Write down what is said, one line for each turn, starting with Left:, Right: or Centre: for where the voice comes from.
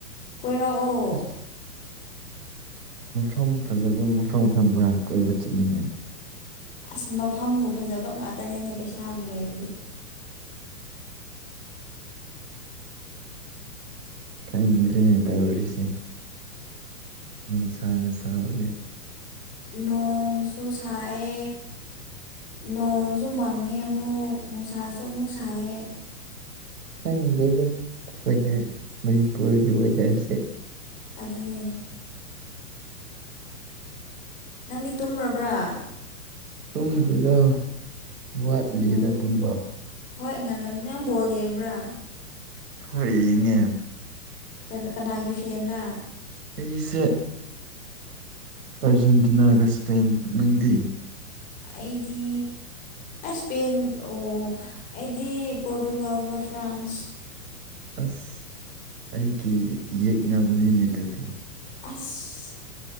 Left: ꯀꯣꯏꯔꯛꯑꯣ
Right: ꯑꯁ <unintelligible> <inaudible> ꯃꯐꯝ ꯐꯖꯕ ꯃꯐꯝ ꯈꯪꯕ꯭ꯔꯥ ꯀꯣꯏꯕ ꯆꯠꯅꯤꯡꯉꯦ꯫
Left: ꯑꯁ ꯃꯐꯝꯕꯨ ꯐꯖꯕ ꯉꯥꯛꯇꯅꯤꯅꯦ ꯄꯩꯁꯥꯕꯨ ꯂꯩꯔꯗꯤ꯫
Right: ꯈꯪꯗ꯭ꯔꯤꯉꯩ ꯇꯧꯔꯤꯁꯦ꯫ ꯅꯨꯡꯁꯥꯅꯁꯥꯕꯅꯦ꯫
Left: ꯅꯣꯡꯁꯨ ꯁꯥꯑꯦ꯫ ꯅꯣꯡꯁꯨ ꯃꯪꯉꯦ ꯑꯃꯨꯛ ꯅꯨꯡꯁꯥꯁꯨ ꯑꯃꯨꯛ ꯁꯥꯏꯌꯦ꯫
Right: ꯈꯪꯗ꯭ꯔꯦꯗ ꯋꯦꯗꯔ ꯃꯅꯤꯄꯨꯔꯒꯤ ꯋꯦꯗꯔꯁꯦ꯫
Left: ꯑꯗꯨꯅꯤ꯫ ꯅꯪꯗꯤ ꯇꯨꯝꯔꯕ꯭ꯔꯥ꯫
Right: ꯇꯨꯝꯗ꯭꯭ꯔꯤꯗ ꯋꯥꯠꯂꯤꯗ
Left: ꯑꯣ
Right: ꯇꯨꯝꯕ꯫
Left: ꯍꯣꯏ ꯉꯜꯂꯃꯤ ꯅ ꯕꯣꯜ ꯌꯦꯡꯕ꯭ꯔꯥ꯫
Right: ꯍꯣꯏ ꯌꯦꯡ ꯉꯦ꯫
Left: ꯎ ꯀꯅꯥꯒꯤ ꯐꯦꯟꯔꯥ꯫
Right: ꯑꯩꯁꯦ ꯑꯔꯖꯦꯟꯇꯤꯅꯥꯒ ꯏꯁꯄꯦꯟ ꯅꯪꯗꯤ꯫
Left: ꯑꯩꯗꯤ ꯏꯁꯄꯦꯟ ꯑꯣ ꯑꯩꯗꯤ ꯄꯣꯔꯇꯨꯒꯜꯒ ꯐ꯭ꯔꯥꯟꯁ꯫
Right: ꯑꯁ ꯑꯩꯒꯤ ꯌꯦꯛꯅꯕꯅꯤꯅꯦ ꯑꯗꯨꯗꯤ꯫
Left: ꯑꯁ